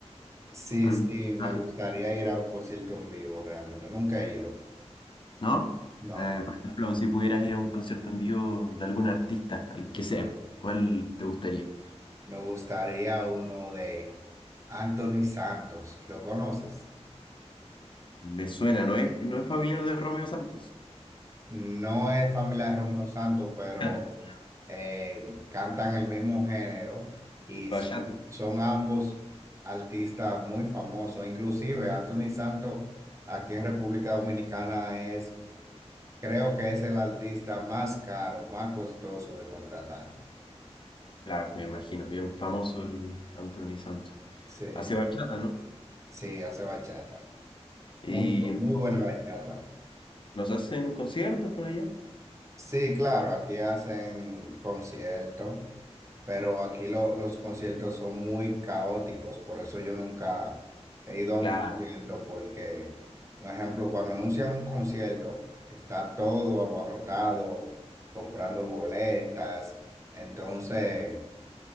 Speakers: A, on the right; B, on the left.
A: Sí,
B: a algún
A: sí,
B: festival,
A: me gustaría ir a un concierto en vivo, realmente, nunca he ido.
B: ¿no?
A: No.
B: Eh, por ejemplo, si pudieras ir a un concierto en vivo de algún artista, el que sea, ¿cuál te gustaría?
A: Me gustaría uno de Anthony Santos. ¿Lo conoces?
B: Me suena, ¿no es, no es familiar de Romeo Santos?
A: No es familia de Romeo Santos, pero
B: <laughs>
A: eh, cantan el mismo género y s-
B: Bachata.
A: son ambos artistas muy famosos. Inclusive Anthony Santos aquí en República Dominicana es, creo que es el artista más caro, más costoso de contratar.
B: Claro, me imagino, bien famoso el Anthony Santos.
A: Sí,
B: Hace bachata, ¿no?
A: sí, hace bachata.
B: Y
A: Muy, bu-
B: no,
A: muy buena bachata.
B: ¿Nos hacen conciertos por allá?
A: Sí, claro, aquí hacen conciertos, pero aquí lo- los conciertos son muy caóticos, por eso yo nunca he ido a un
B: Claro,
A: concierto, porque, por ejemplo, cuando anuncian un concierto, está todo abarrotado, comprando boletas, entonces...